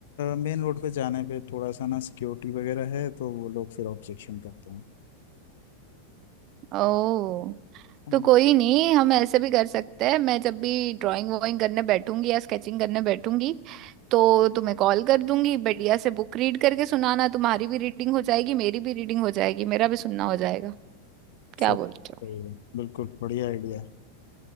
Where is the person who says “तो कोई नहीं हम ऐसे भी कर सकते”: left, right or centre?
Right